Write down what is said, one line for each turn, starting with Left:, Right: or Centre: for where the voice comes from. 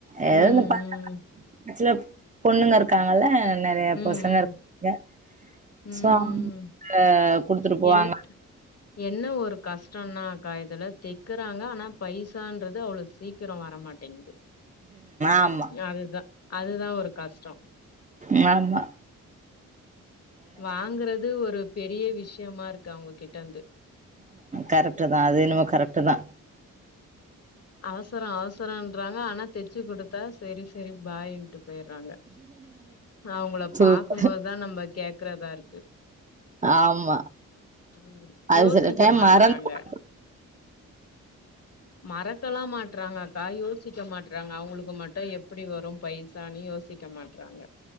Right: எதோ
Left: ம் ம்
Right: இந்த பந்தகா <inaudible> பொண்ணுங்க இருக்காங்கல்ல நெறைய
Left: ம்
Right: பொசங்க இருக்காங்க
Left: ம் ம்
Right: சோ அவுங்க குடுத்துட்டு போவாங்க
Left: என் என்ன ஒரு கஸ்ட்டன்னாக்கா இதுல தெக்குறாங்க ஆனா பைசான்றது அவ்ளோ சீக் கிரோ வரமாட்டேங்து
Right: ஆமா
Left: அதுதா அதுதா ஒரு கஸ்ட்டோ
Right: யாமா
Left: வாங்குறது ஒரு பெரிய விஷ்யமா இருக்கு அவுங்ககிட்டர்ந்து
Right: கரெக்ட்டு தா அது என்னமோ கரெக்ட்டு தா
Left: அவசரோ அவசரன்றாங்க ஆனா தெச்சு குடுத்தா செரி செரி பாயின் ட்டு பேயற்றாங்க அவுங்ள
Right: சூப்பர்
Left: பாக்கும்போதுதா நம்ப கேக்குறதா இருக்கு
Right: ஆமா
Left: ம்
Right: அது
Left: யோசிக்க
Right: சில டைம்
Left: மாட்றாங்க
Right: மறந்து கூட
Left: மறக்கல்லா மாற்றாங்க கா யோசிக்க மாற்றாங்க அவுங்ளுக்கு மட்டு எப்புடி வரு பைசானு யோசிக்க மாற்றாங்க